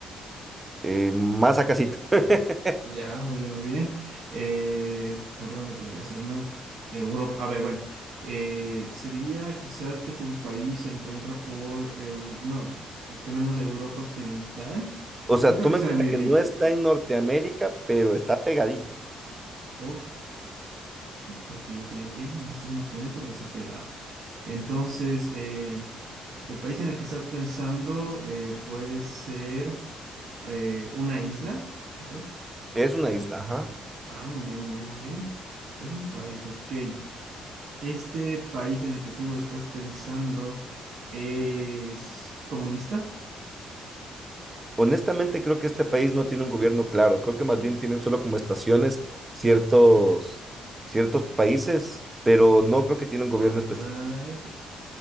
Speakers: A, on the right; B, on the right.
A: Eh, más a casito. <laughs>
B: Ya, muy bien, muy bien. Eh, ¿por dónde podría ser, no? Europa, a ver, bueno, eh, sería quizás que tu país se encuentra por, Eu- no, bueno, tenemos Europa Occidental,
A: O sea,
B: no creo
A: toma
B: que sea
A: en cuenta
B: en el Medio
A: que
B: Oriente.
A: no está en Norteamérica, pero está pegadito.
B: Ok, ok, ok, ok. ok. No está en Norteamérica, pero está pegado. Entonces, eh, el país en el que estás pensando eh, puede ser eh, una isla, quizás.
A: Es una isla, ajá.
B: Ah, muy bien, muy bien, muy bien. Es un país, ok. ¿Este país en el que tú estás pensando es comunista?
A: Honestamente, creo que este país no tiene un gobierno claro. Creo que más bien tienen solo como estaciones ciertos, ciertos países, pero no creo que tiene un gobierno
B: Ah,
A: específico.
B: ya,